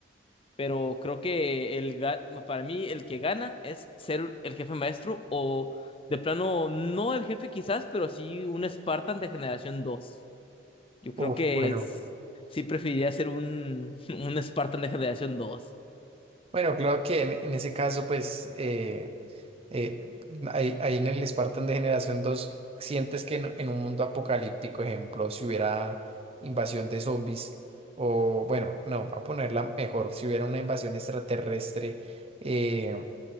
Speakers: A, on the left (about 30°); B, on the right (about 30°).
A: pero creo que el, ga- para mí el que gana es ser el jefe maestro o de plano, no el jefe quizás, pero sí un Spartan de generación dos yo creo
B: Uf,
A: que
B: bueno.
A: es- sí preferiría ser un, <laughs> un Spartan de generación dos
B: Bueno, claro que en, en ese caso, pues, eh, eh, ahí, ahí en el Spartan de Generación 2 sientes que en, en un mundo apocalíptico, ejemplo, si hubiera invasión de zombies, o bueno, no, voy a ponerla mejor, si hubiera una invasión extraterrestre. eh,